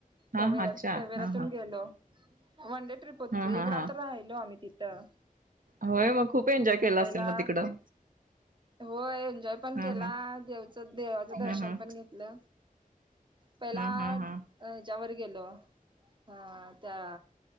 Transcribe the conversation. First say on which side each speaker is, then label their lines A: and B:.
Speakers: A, on the right (about 70°); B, on the right (about 35°).
A: हा
B: तवेरा
A: हा अच्छा
B: तवेरातून
A: हा हा
B: गेलो वन डे ट्रीप होत
A: हा हा
B: एक
A: हा
B: रात्र राहिलो आम्ही तिथं.
A: होय म खूप एन्जॉय केला
B: पहिला
A: असेल म तिकडं.
B: होय एन्जॉय पण
A: हा
B: केला
A: हा
B: देवच देवाचं दर्शन
A: हा हा
B: पण घेतलं. पहिला
A: हा हा हा
B: हेच्यावर गेलो अ त्या